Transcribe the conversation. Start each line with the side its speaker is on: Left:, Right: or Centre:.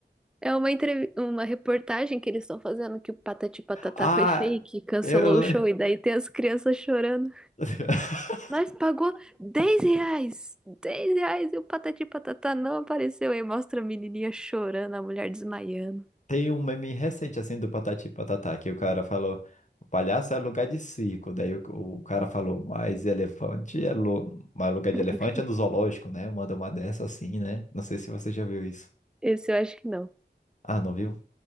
Centre: É uma, entrev... uma reportagem que eles estão fazendo que o Patati e Patatá
Left: Ah,
Centre: foi fake, cancelou
Left: eu
Centre: o
Left: lembro.
Centre: show, e daí tem as crianças chorando.
Left: <laughs>
Centre: Nós pagou 10 reais! dez reais e o Patati e Patatá não apareceu. Aí mostra a menininha chorando, a mulher desmaiando.
Left: Tem um meme recente, assim, do Patati e Patatá, que o cara falou, o palhaço é lugar de circo. Daí o, o cara falou, mas elefante é lu- mas lugar de
Centre: <laughs>
Left: elefante é do zoológico, né? Manda uma dessa assim, né? Não sei se você já viu isso.
Centre: Esse eu acho que não.
Left: Ah, não viu?